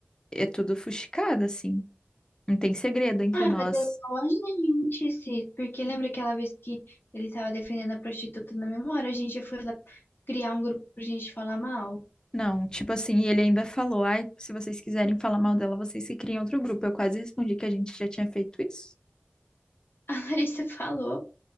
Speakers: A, on the left; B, on the left.
A: é tudo fuxicado, assim. Não tem segredo entre
B: Ah,
A: nós.
B: mas é igual a gente, Cis, porque lembra aquela vez que ele tava defendendo a prostituta na memória? A gente foi lá criar um grupo pra gente falar mal. <laughs>
A: Não, tipo assim, e ele ainda falou, ai, se vocês quiserem falar mal dela, vocês se criem outro grupo. Eu quase respondi que a gente já tinha feito isso.
B: A Larissa falou,